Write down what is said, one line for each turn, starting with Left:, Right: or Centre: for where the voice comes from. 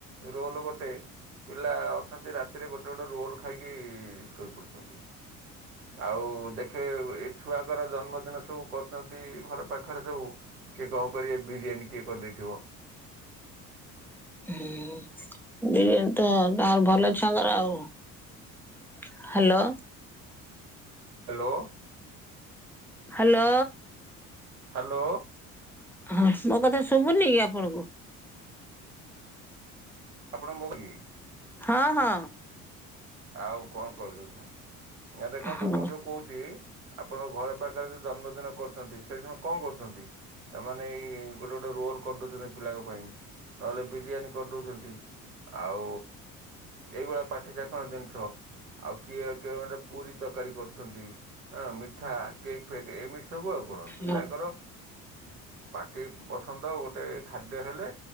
Right: ରୋଲ ଗୋଟେ ପିଲା ଅଛନ୍ତି ରାତିରେ ଗୋଟେ ଗୋଟେ ଗୋଟେ ରୋଲ୍ ଖାଇକି ଶୋଇପଡ଼ୁଛନ୍ତି। ଆଉ ଦେଖେ ଏ ଛୁଆଙ୍କର ଜନ୍ମଦିନ ସବୁ କରୁଛନ୍ତି ଘର ପାଖରେ ସବୁ ସେ କଣ କରିବେ ବିରିୟାନି କିଏ କରିଦେଇଥିବ।
Centre: ହୁଁ ବିରିୟାନୀ ତ ତାର ଭଲ ଛୁଆଙ୍କର ଆଉ। ହ୍ୟାଲୋ।
Right: Hello
Centre: hello.
Right: ହାଲୋ।
Centre: ହଁ ମୋ କଥା ଶୁଭୁନିକି ଆପଣଙ୍କୁ?
Right: ଆପଣ ପି <unintelligible>
Centre: ହଁ ହଁ।
Right: ଆଉ କଣ କହିଲେ ନା ଦେଖନ୍ତୁ
Centre: ହଁ
Right: ମୁଁ ଯୋଉ କହୁଛି ଆପଣଙ୍କ ଘର ପାଖରେ ଜନ୍ମଦିନ କରୁଛନ୍ତି ସେଠିମାନେ କଣ କରୁଛନ୍ତି ସେମାନେ ଏଇ ଗୋଟେ ଗୋଟେ ରୋଲ୍ କରିଦେଉଛନ୍ତି ପିଲାଙ୍କ ପାଇଁ ନହେଲେ ବିରିୟାନୀ କରିଦଉଛନ୍ତି। ଆଉ ଏଇଭଳିଆ ପାଟି ଚାକଣ ଜିନିଷ ଆଉ କିଏ କିଏ ମେ ପୁରୀ। ତରକାରୀ କରୁଛନ୍ତି ମିଠା କେକ୍ ଫେକ୍ ଏମିତି ସବୁ ଆଉ କଣ ପିଲାଙ୍କର।
Centre: ହଁ
Right: ପାଟି ପସନ୍ଦ ଗୋଟେ ଖାଦ୍ୟ ହେଲେ